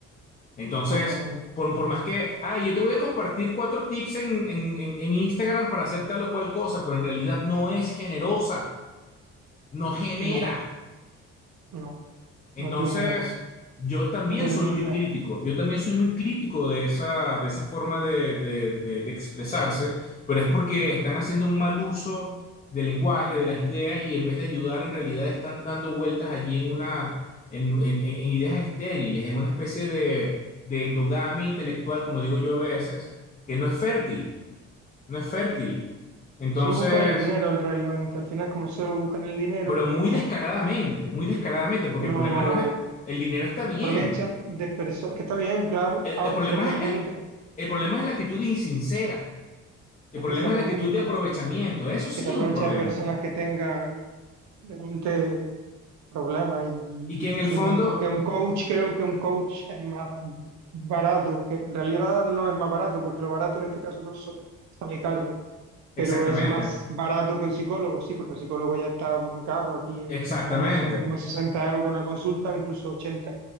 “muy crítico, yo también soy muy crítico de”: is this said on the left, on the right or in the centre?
Left